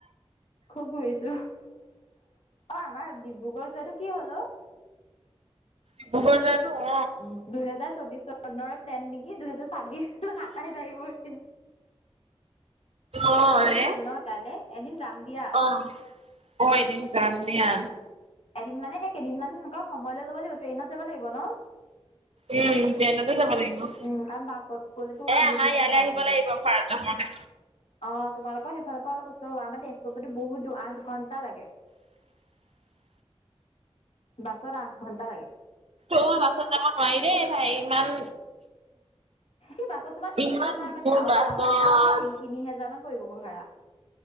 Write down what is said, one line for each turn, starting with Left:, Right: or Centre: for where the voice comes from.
Left: খুব ফুৰিছোঁ। অ' আমাৰ ডিব্ৰুগড় যোৱাটো কি হ'ল অঁ?
Right: ডিব্ৰুগড় যোৱাটো হ'ল
Left: উম, দুহেজাৰ চৌব্বিছ চনৰে প্লেন নেকি? দুহেজাৰ ছাব্বিছ গৈ সাতাইছ আহিব এতিয়া।
Right: অ
Left: এ, যাব
Right: ৰে
Left: লাগিছিল ন' তালে? এদিন যাম দিয়া।
Right: অ অ', এদিন যাম দিয়া।
Left: এদিন মানে সেই কেইদিনমান এনেকুৱা সময় লৈ যাব লাগিব। ট্ৰেইনত যাব লাগিব ন'?
Right: উম, ট্ৰেইনতে যাব লাগিব।
Left: উম, কাৰণ, বাছত গ'লেতো
Right: এ আমাৰ
Left: বহুত
Right: ইয়ালৈ
Left: ভাড়া
Right: আহিব
Left: পৰিব।
Right: লাগিব ভাৰত ভ্ৰমণে
Left: অ', তোমালোকৰ সেইফালৰ পৰা অলপ ওচৰ হব। আমাৰ তেজপুৰৰ পৰাটো বহুত দূৰ আঠ ঘণ্টা লাগে।
Right: <unintelligible>
Left: বাছত আঠঘণ্টা লাগে।
Right: অ', বাছত যাব নোৱাৰি দেই ভাই, ইমান
Left: ই, বাছত তোমাৰ টিকেটে
Right: ইমান
Left: তোমাৰ
Right: দূৰ
Left: মানে,
Right: বাছত
Left: অহা- যোৱা তি- তিনিহেজাৰ মান পৰিবগৈ ভাড়া